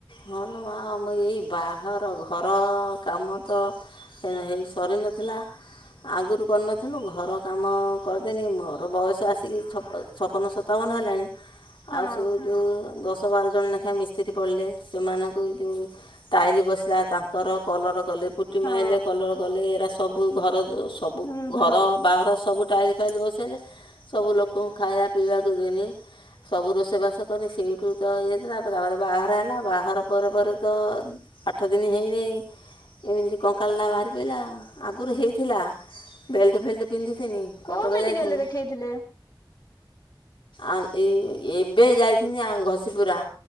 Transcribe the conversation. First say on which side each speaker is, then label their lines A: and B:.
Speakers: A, on the left (about 80°); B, on the left (about 50°).
A: ହଁ ଲୋ ମା ଆମ ଏଇ ବାହାର ଘର କାମ ତ ହେ ସରି ନଥିଲା ଆଗରୁ କରିନଥିଲୁ ଘର କାମ କରିଦେନି ମୋର ବୟସ ଆସିକି ଛପ ଛପନ ସତାବନ ହେଲାଣି।
B: ହଁ
A: ଆଉ ସଉଟୁ ଦଶ ବାର ଜଣ ଲେଖାଁ ମିସ୍ତ୍ରୀ ପଡ଼ିଲେ ସେମାନଙ୍କୁ ଜୋଉ ଟାଇଲ ବସିଲା ତାଙ୍କର କଲର କଲେ ପୁଟି
B: ହଁ
A: ମାଇଲେ କଲର କଲେ ଏରା ସବୁ ଘର ଜୋ ସବୁ
B: ହୁଁ ହୁଁ
A: ଘର ବାହାର ସବୁ ଟାଇଲ ଫାଇଲ ବସେଇଲେ ସବୁ ଲୋକଙ୍କୁ ଖାଇବା ପିଇବାକୁ ଦେନି ସବୁ ରୋଷେଇବାସ କନି ସେଇଠୁ ତ ଇଏ ଥିଲା ତାପରେ ବାହାର ହେଲା ବାହାଘର ପରେ ପରେ ତ ଆଠ ଦିନ ହେଇନେଇ ଏମିତି କଙ୍କାଳଟା ବାହାରି ପଡ଼ିଲାଉ ଆଗରୁ ହେଇଥିଲା ବେଲ୍ଟ ଫେଲ୍ଟ ପିନ୍ଧିଥିନି କଟକ
B: କୋଉ ମେଡିକାଲରେ
A: ଯାଇଥିନି
B: ଦେଖେଇଥିଲେ?
A: ଆଉ ଏଇ ଏବେ ଯାଈଥିନି ଆଉ ଘଷିପୁରା